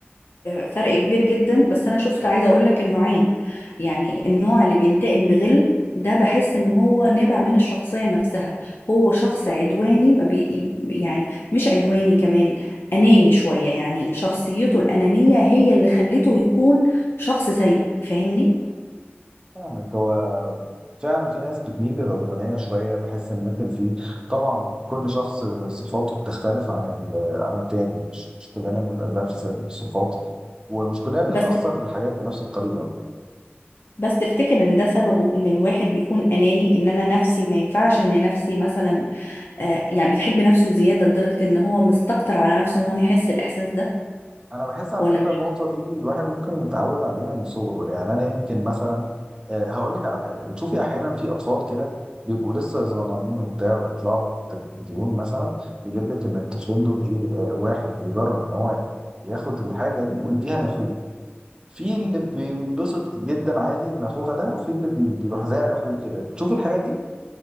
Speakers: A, on the left; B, on the right.
A: فرق كبير جدا بس انا شفت عايزه اقول لك النوعين يعني النوع اللي بينتقم بغل ده بحس ان هو نابع من الشخصيه نفسها هو شخص عدواني ما بي يعني مش عدواني كمان اناني شويه يعني شخصيته الانانيه هي اللي خلته يكون شخص سيء فاهمني
B: فاهمك هو فعلا في ناس بتميل للعدوانية شوية بحس ان ممكن في طبعا كل شخص صفاته بتختلف عن ال- عن التاني مش مش كلنا بنبقى نفس الصفات ومش كلنا بنتأثر
A: بس
B: بالحاجات بنفس الطريقة
A: بس تفتكر ان ده سببه ان الواحد بيكون اناني ان انا نفسي ما ينفعش ان نفسي مثلا آه يعني بيحب نفسه زياده لدرجه ان هو مستكتر على نفسه ان هو يحس الاحساس ده
B: انا بحس على
A: ولا
B: فكره النقطه دي الواحد ممكن يتعود عليها من صغره يعني انا يمكن مثلا آه، هقول لك على حاجه بتشوفي احيانا في اطفال كده بيبقوا لسه صغننين وبتاع وبيطلعوا في التلفزيون مثلا يجيب لك ان الطفلين دول ايه آه، واحد يجرب ان هو ياخد الحاجه دي ويديها لاخوه في اللي بيتبسط جدا عادي ان اخوه ده وفي اللي بي- بيروح زي اخوه كده بتشوفي الحاجات دي